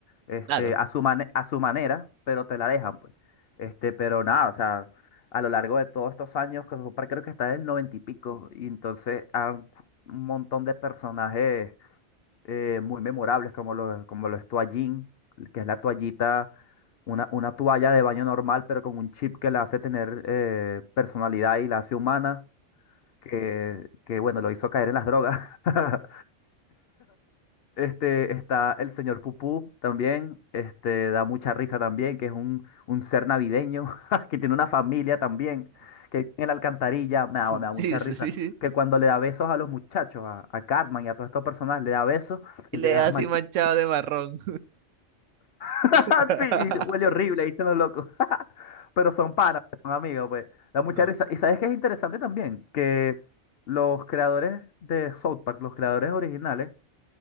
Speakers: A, on the left; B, on the right.
A: Este,
B: Claro.
A: a su mane- a su manera, pero te la dejan, pues. Este, pero nada, o sea, a lo largo de todos estos años, que South creo que está en el noventa y pico, y entonces hay un montón de personajes eh, muy memorables como lo, como lo es Toallín, que es la toallita, una, una toalla de baño normal, pero con un chip que la hace tener eh, personalidad y la hace humana, que, que bueno, lo hizo caer en las drogas. <laughs> Este, está el señor Pupú también, este, da mucha risa también, que es un, un ser navideño, <laughs> que tiene una familia también, que vive en la alcantarilla, me
B: <laughs>
A: da, me
B: Sí,
A: da mucha risa,
B: sí, sí, sí.
A: que cuando le da besos a los muchachos, a, a Cartman y a todos estos personajes, le da besos
B: Y
A: y
B: le
A: le da
B: da así
A: manchitas
B: manchado de marrón.
A: <laughs>
B: <laughs>
A: Sí, y huele horrible, ahí están los locos. <laughs> Pero son panas, pues, son amigos, pues. Da mucha
B: No,
A: risa. Y sabes que es interesante también que los creadores de South Park, los creadores originales,